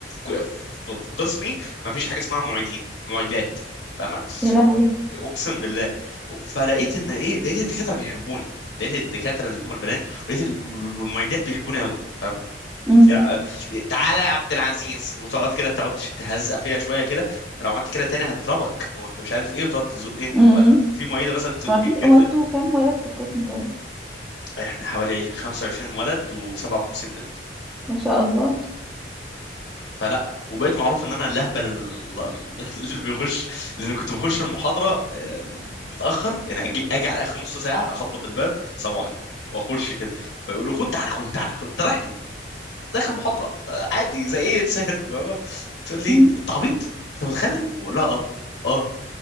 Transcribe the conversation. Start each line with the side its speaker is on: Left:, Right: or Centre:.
Left: في في- في قسمي ما فيش حاجه اسمها معيدين معيدات فاهمه
Centre: يا لهوي
Left: اقسم بالله فلقيت ان ايه لقيت الدكاتره بيحبوني لقيت الدكاتره اللي هم البنات ولقيت ال- والمعيدات بيحبوني قوي فاهمه
Centre: مم.
Left: يعني- آه، تعالى يا عبد العزيز وتقعد كده تقعد تش- تهزق فيها شويه كده لو عملت كده تاني هضربك وانت مش عارف ايه وتقعد تزقني
Centre: مم.
Left: ولا في معيده مثلا ت- ج-
Centre: ما فيش
Left: جت
Centre: هو انتوا
Left: لها
Centre: كام ولد في القسم طيب
Left: احنا حوالي 25 ولد و57 بنت
Centre: ما شاء الله
Left: فلا وبقيت معروف ان انا الاهبل ال- ال- <laughs> اللي بيخش لان كنت بخش المحاضره آه، متاخر يعني اجي اجي على اخر نص ساعه اخبط الباب السلام عليكم واخش كده فيقولوا خد تعالى خد تعالى خد انت رايح فين؟ داخل المحاضره آه، عادي زي اي انسان <laughs> فاهمة؟ بتقول لي
Centre: مم.
Left: انت عبيط؟ انت متخلف؟ ولا اه اه